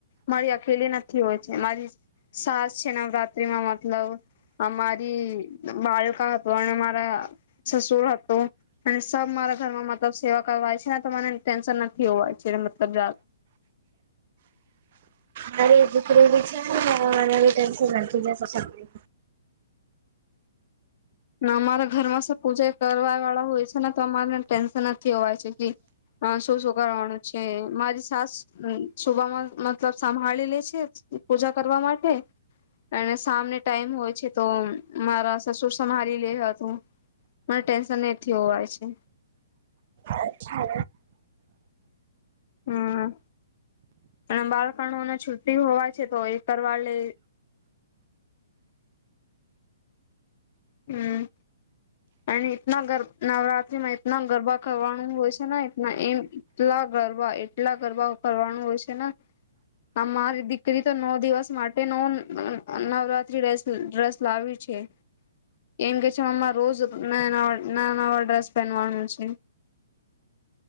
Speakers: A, on the left; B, on the right.
A: મારી અકેલી નથી હોય છે. મારી સાસ છે નવરાત્રીમાં મતલબ મારી બાળક હતું અને મારા સસુર હતું અને સબ મારા ઘરમાં મતલબ સેવા કરવાય છે ને તો મને ટેન્શન નથી હોવાય છે મતલબ
B: મારે ઘરે પડી છે. <unintelligible>
A: અમારા ઘરમાં સર પૂજા કરવા વાળા હોય છે ને તો અમારે ટેન્શન નથી હોવાય છે કે શું શું કરવાનું છે મારી સાસ સુભામાં મતલબ સંભાળી લે છે પૂજા કરવા માટે અને સામને ટાઈમ હોય છે તો મારા સસુર અમારે લીએ હતું. મને ટેન્શન એ થયું હોય છે.
B: અચ્છા
A: હમ અને બાળકોને છુ્ટી હોવાય છે તો એ કરવા લે. હમ અને એટલા નવરાત્રીમાં એટના ગરબા કરવાનું હોય છે ને એના એમ એટલા ગરબા એટલા ગરબા કરવાનું હોય છે ને આ મારી દીકરી તો નવ દિવસ માટે ન નવરાત્રી ડ્રેસ લાવ છે એમ કેહે છે અમાં રોજ ના નવા ડ્રેસ પહેનવાનો છે.